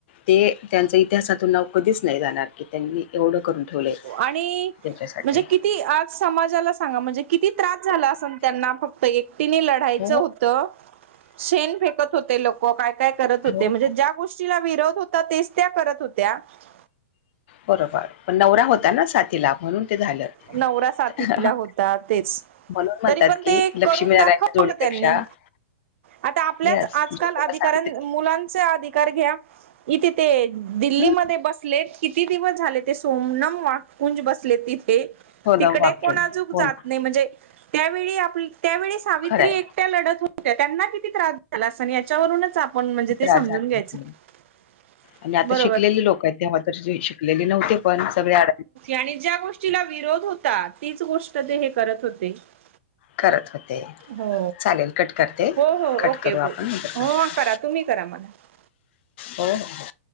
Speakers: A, on the left (about 55°); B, on the right (about 65°).
A: ते त्यांच इतिहासातून नाव कधीच नाही जाणार की <unintelligible> त्यांनी एवढं करून ठेवले
B: आणि
A: त्यांच्यासाठी
B: म्हणजे
A: <unintelligible>
B: किती आज समाजाला सांगा म्हणजे किती त्रास झाला असे त्यांना फक्त एक <unintelligible> तिने लढायचं
A: हो
B: होत शेण फेकत होते लोक काय <unintelligible> का करत होते
A: हो
B: म्हणजे ज्या गोष्टीला विरोध होता तेच त्या करत होत्या <unintelligible>
A: बरोबर पण नवरा होता <unintelligible> होताना साती लाख म्हणून ते झाले <unintelligible>
B: नवरा साथीला होता तेच
A: म्हणून म्हणतात
B: तरी पण
A: की
B: ते करून
A: लक्ष्मीनारायणच्या
B: दाखवलं
A: जोडीपेक्षा
B: त्यांनी
A: <unintelligible>
B: आता आपल्याच
A: यस
B: आजकाल
A: ज्योतिबा
B: अधिकारां
A: सावित्री
B: मुलांचा अधिकार घ्या <unintelligible> इथे ते दिल्लीमध्येध्ये
A: हम्म,
B: बसले किती दिवस झाले ते सोमन <unintelligible> ुंज बसले तिथे
A: हो ना
B: तिकडे
A: वाक्चून
B: कोणा <unintelligible> <unintelligible>
A: हो ना
B: म्हण <unintelligible> सावित्री
A: खरंय
B: एकट्या लढत होत्या त्यांना किती त्रास झाला अस आणि याच्यावरूनच आपण म्हणजे ते
A: त्रास
B: समजून
A: झाला
B: घ्यायचं
A: असेल.
B: <unintelligible>
A: आणि आता
B: बरोबर
A: शिकलेले लोक आहेत तेव्हा तर शिकलेले नव्हते पण सगळेड <unintelligible>
B: आणि ज्या गोष्टीला विरोध होता तीच गोष्ट ते हे करत होते <unintelligible>
A: करत होते
B: हो
A: चालेल कट करते
B: हो हो
A: कट
B: ओके
A: करू
B: ओके
A: आपण
B: <unintelligible>
A: नंतर
B: हो
A: करू
B: करा तुम्ही करा मला <unintelligible>
A: हो <unintelligible>